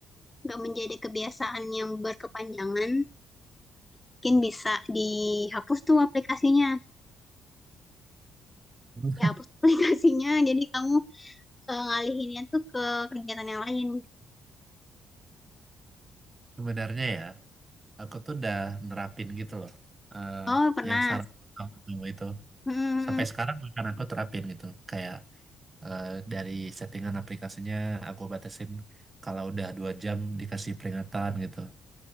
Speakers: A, on the left; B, on the right.
A: nggak menjadi kebiasaan yang berkepanjangan, mungkin bisa dihapus tuh aplikasinya.
B: terus
A: dihapus aplikasinya jadi kamu eh, ngalihinnya tuh ke kegiatan yang lain
B: sebenarnya ya aku tuh udah nerapin gitu loh. Eh,
A: oh pernah
B: yang saran kamu itu
A: hmm. hmm,
B: sampai
A: hmm.
B: sekarang bahkan aku terapin gitu kayak eh, dari settingan aplikasinya aku batasin kalau udah dua jam dikasih peringatan gitu.